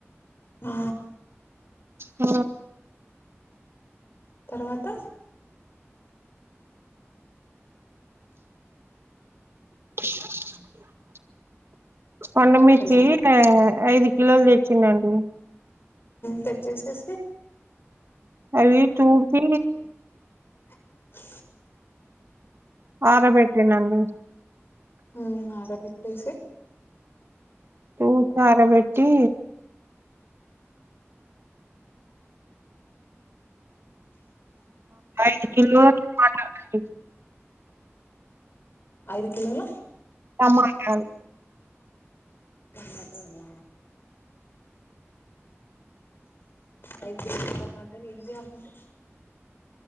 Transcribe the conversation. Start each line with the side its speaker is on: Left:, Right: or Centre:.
Left: ఆ
Right: ఊ
Left: తర్వాత
Right: ఆ <unintelligible> పండుమిర్చి
Left: హలో
Right: ఐదు కిలలు తెచ్చిందండి.
Left: టచ్ చేసేసి
Right: అవి చూపు
Left: ఆ <unintelligible>
Right: అరబెట్టే నండి
Left: హు ఆరబెట్టేసి
Right: ఉ ఆరబెట్టి ఐదు కిలో <unintelligible>
Left: ఐదు కిలోల
Right: టమాటాలు
Left: టమాటలా ఆ <inaudible> టమాటలు ఏం చేయాలండి